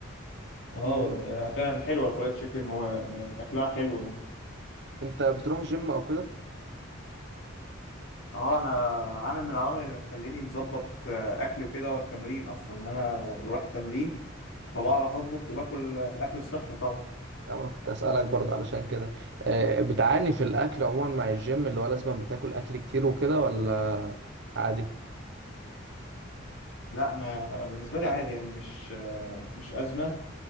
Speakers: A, on the left; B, on the right.
A: هي اه فعلا فعلا حلوه الفرايد تشيكن واكلها حلو يعني
B: انت بتروح جيم او كده؟
A: اه انا عامل من العوامل اللي مخليني مظبط آه، اكلي وكده هو التمرين اصلا ان انا بروح التمرين فبعرف اطبخ وباكل الاكل الصحي طبعا
B: يعني انا كنت اسألك برضه علشان كده آه، بتعاني في الاكل عموما مع الجيم اللي هو لازم بتاكل اكل كتير وكده ولا عادي؟
A: لا انا بالنسبه لي عادي يعني مش آه، مش ازمه